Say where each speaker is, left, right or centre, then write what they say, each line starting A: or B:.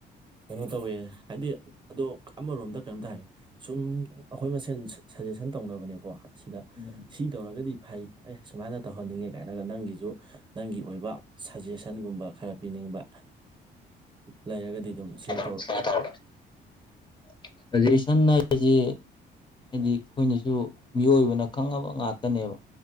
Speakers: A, on the right (about 25°); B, on the left (about 25°).
A: ꯀꯩꯅꯣ ꯇꯧꯋꯦ ꯍꯥꯏꯗꯤ ꯑꯗꯣ ꯑꯃꯔꯣꯝꯗ ꯀꯩꯅꯣꯝꯇ ꯍꯥꯏ ꯁꯨꯝ ꯑꯩꯈꯣꯏ ꯃꯁꯦꯟ ꯁꯖꯦꯁꯟ ꯇꯧꯅꯕꯅꯦꯀꯣ ꯁꯤꯗ
B: <inaudible>
A: ꯁꯤ ꯇꯧꯔꯒꯗꯤ ꯐꯩ ꯑꯦ ꯁꯨꯃꯥꯏꯅ ꯇꯧꯍꯟꯅꯤꯡꯉꯦ ꯀꯥꯏꯅꯒ ꯅꯪꯒꯤꯖꯨ ꯅꯪꯒꯤ ꯑꯣꯏꯕ ꯁꯖꯦꯁꯟꯒꯨꯝꯕ ꯈꯔ ꯄꯤꯅꯤꯡꯕ ꯂꯩꯔꯒꯗꯤ ꯑꯗꯨꯝ ꯁ꯭ꯌꯥꯔ
B: <unintelligible> <unintelligible> ꯍꯥꯏꯗꯤ ꯑꯩꯈꯣꯏꯅꯁꯨ ꯃꯤꯑꯣꯏꯕꯅ ꯈꯪꯉꯕ ꯉꯥꯛꯇꯅꯦꯕ